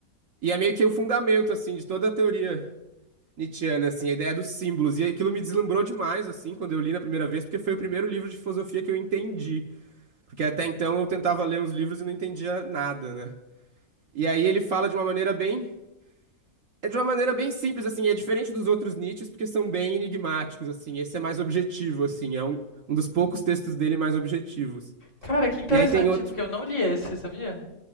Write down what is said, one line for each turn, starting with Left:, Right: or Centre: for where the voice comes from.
Right: E é meio que o fundamento, assim, de toda a teoria nietzschiana, assim, a ideia dos símbolos. E aquilo me deslumbrou demais, assim, quando eu li na primeira vez, porque foi o primeiro livro de filosofia que eu entendi. Porque até então eu tentava ler uns livros e não entendia nada, né? E aí ele fala de uma maneira bem É de uma maneira bem simples, assim, é diferente dos outros Nietzsches, porque são bem enigmáticos, assim. Esse é mais objetivo, assim, é um, um dos poucos textos dele mais objetivos.
Left: Cara, que interessante,
Right: E aí tem outro,
Left: porque eu não li esse, sabia?